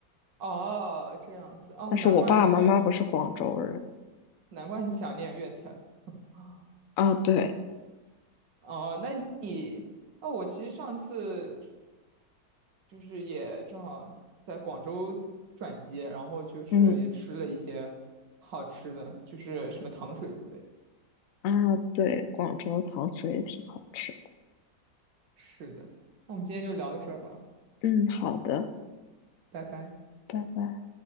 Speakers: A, on the right; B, on the left.
A: 哦，这样子。哦，
B: 但是我爸爸妈妈不是广州人。
A: 难怪你喜欢吃，难怪你想念粤菜。啊
B: 啊，对，
A: 哦，那你，哦，我其实上次就是也正好在广州转机，然后就是也吃了一些好吃的，
B: 嗯。
A: 就是什么糖水之类的。
B: 啊，对，广州糖水也挺好吃
A: 是的，那我们今天就聊到这儿吧，
B: 嗯，好的，
A: 拜拜。
B: 拜拜。